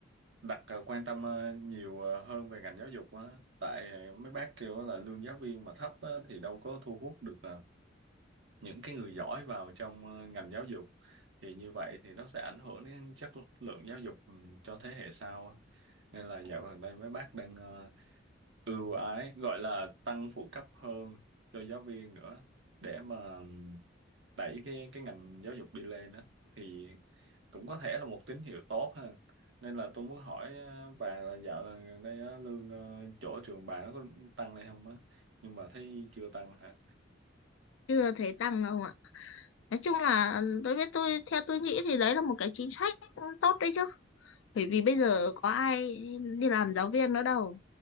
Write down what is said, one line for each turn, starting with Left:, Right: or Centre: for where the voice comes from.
Right: đặt ờ, quan tâm ờ, nhiều ờ, hơn về ngành giáo dục á tại ờ, mấy bác kêu là lương giáo viên mà thấp á, thì đâu có thu hút được ờ, những cái người giỏi vào trong ờ, ngành giáo dục thì như vậy thì nó sẽ ảnh hưởng đến chất lượng giáo dục ừ, cho thế hệ sau á. nên là dạo gần đây mấy bác đang ờ, ưu ái gọi là tăng phụ cấp hơn cho giáo viên nữa để mà đẩy cái cái ngành giáo dục đi lên đó thì cũng có thể là một tín hiệu tốt ha nên là tôi muốn hỏi ờ, bà là dạo là gần đây á, lương ờ, chỗ trường bà nó có tăng lên không á nhưng mà thấy chưa tăng hả
Left: chưa thấy tăng đâu ạ nói chung là tôi biết tôi theo tôi nghĩ thì đấy là một cái chính sách tốt đấy chứ
Right: ừ.
Left: bởi vì bây giờ có ai đi làm giáo viên nữa đâu